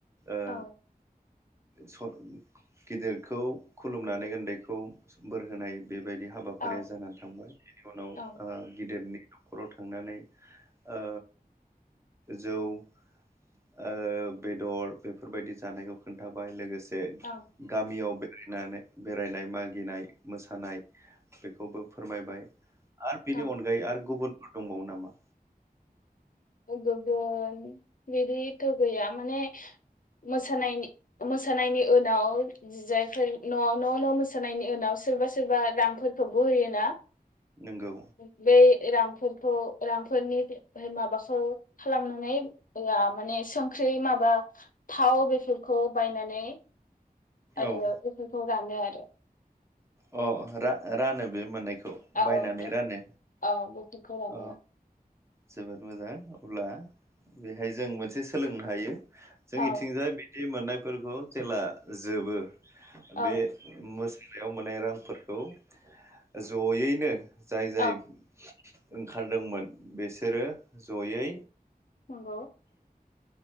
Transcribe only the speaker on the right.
ओ
स' गिदिरखौ खुलुमनानै उन्दैखौ बोर होनाय। बेबायदि हाबाफारिया
जानानै थांबाय। बेनि उनाव
ओ गिद देरनि न'खराव थांनानै ओ जौ ओ बेदर बेफोरबायदि जानायखौ खोन्थाबाय लोगोस से
गामियाव बे नानै बेरायनाय मागिनाय मोसानाय बेखौबो फोरमायबाय आरो बेनि
अनगायै आर गुबुनफोर दंबावो नामा?
नोंगौ
औ
अ रा-रानो बे मोननायखौ
बायनानै रानो
अ जोबोद मोजां अब्ला बेहाय जों मोनसे सोलोंनो हायो। जोंनिथिंजाय
बे बे मोननाय फोरखौ जेला जोबो
बे मोस बेयाव मोन्नाय रांफोरखौ ज'यैनो जाय जाय
ओंखारदोंमोन बेसोरो ज'यै